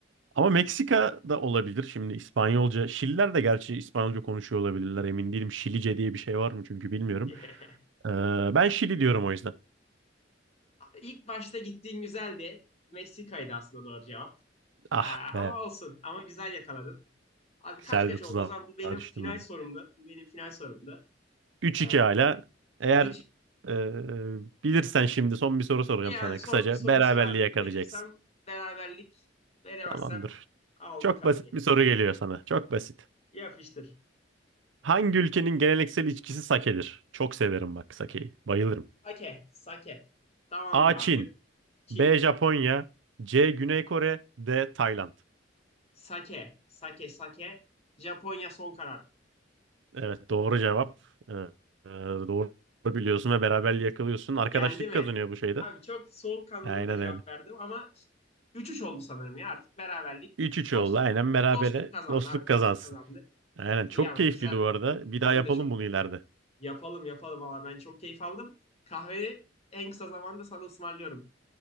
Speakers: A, on the right (about 80°); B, on the left (about 35°).
A: Ama Meksika da olabilir şimdi İspanyolca. Şililer de gerçi İspanyolca konuşuyor olabilirler emin değilim. Şilice diye bir şey var mı çünkü bilmiyorum.
B: <laughs>
A: Ee, ben Şili diyorum o yüzden.
B: İlk başta gittiğin güzeldi. Meksika'ydı aslında doğru cevap.
A: Ah
B: Ee,
A: be.
B: ama olsun. Ama güzel yakaladın. Abi
A: Güzel
B: kaç kaç
A: bir tuzağa
B: oldu? O zaman bu benim
A: düştüm
B: final
A: ben
B: sorumdu.
A: de.
B: Bu benim final sorumdu.
A: Üç
B: Ee,
A: iki hala. Eğer
B: 3
A: e, bilirsen şimdi son bir soru soracağım
B: yani
A: sana.
B: son
A: Kısaca
B: bir soruyu
A: beraberliği
B: sor hadi.
A: yakalayacaksın.
B: Bilirsem beraberlik veremezsem
A: Tamamdır.
B: aldın
A: Çok
B: kahveyi.
A: basit bir soru geliyor sana. Çok basit.
B: Yapıştır.
A: Hangi ülkenin geleneksel içkisi sake'dir? Çok severim bak sake'yi. Bayılırım.
B: Sake. Sake. Tamamdır
A: A.
B: abi.
A: Çin.
B: Çin.
A: B. Japonya. C. Güney Kore. D. Tayland.
B: Sake. Sake. Sake. Japonya son karar.
A: Evet doğru cevap. E, e, doğru biliyorsun ve beraberliği yakalıyorsun. Arkadaşlık
B: Geldi mi?
A: kazanıyor bu şeyde.
B: Abi çok soğukkanlılıkla
A: Aynen
B: cevap
A: öyle.
B: verdim ama 3-3 oldu sanırım ya artık beraberlik.
A: 3-3
B: Dost,
A: oldu. Aynen berabere
B: dostluk kazandı
A: dostluk
B: abi dostluk
A: kazansın.
B: kazandı.
A: Aynen
B: İyi
A: çok
B: ama
A: keyifliydi
B: güzel.
A: bu arada. Bir daha
B: Ben
A: yapalım
B: de çok
A: bunu ileride.
B: yapalım yapalım valla ben çok keyif aldım. Kahveyi en kısa zamanda sana ısmarlıyorum.